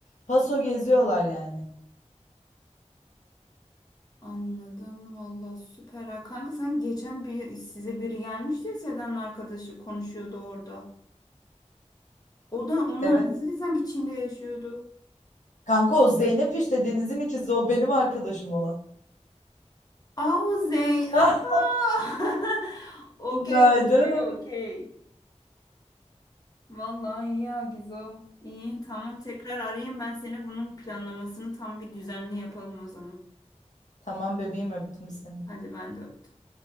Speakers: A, on the left; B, on the left.
A: Paso geziyorlar yani.
B: Anladım. Vallahi süper. ha. Kanka sen geçen bir size biri gelmişti ya Seda'nın arkadaşı konuşuyordu orada. O da onlar
A: Evet.
B: nasıl sanki Çin'de yaşıyordu.
A: Kanka o Zeynep işte Deniz'in ikizi o benim arkadaşım olan.
B: Aa o Zey.
A: Ah
B: Aa. <laughs> Okey.
A: günaydın.
B: Okey. Okey. Vallahi iyi ya Gizo. İyi tamam tekrar arayayım ben seni bunun planlamasını tam bir düzenli yapalım o zaman.
A: Tamam bebeğim öptüm seni.
B: Hadi ben de öptüm.